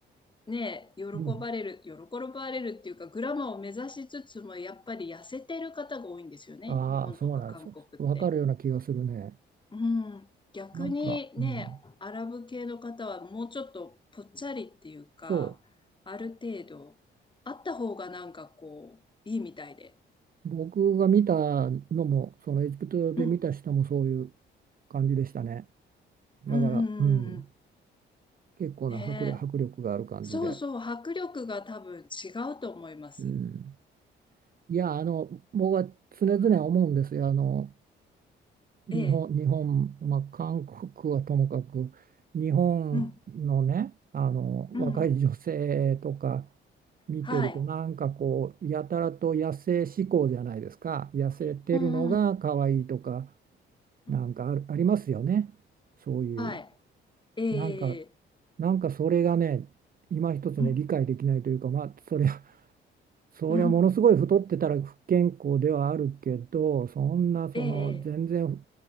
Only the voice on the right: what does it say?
うん、
ああ、
そうなんです。わかるような気がするね。
なんか、うん、
そ
う、僕が見たのも、そのエジプトで見た人もそういう
感じでしたね。
だから、うん、結構な迫力、
迫力がある感じで。
うん、いや、あの、僕は常々思うんですよ。あの日本、
日本、まあ、韓国はともかく、日本のね、
あの若い女性とか
見てると、
なんかこう、やたらと野生志向じゃないですか、痩せてるのが可愛いとか、
なんかある、ありますよね、そういう、
なんか、
なんかそれがね、今一つね、
理解できないというか、まあ、それはそりゃものすごい太ってたら不健康ではあるけどそんなその全然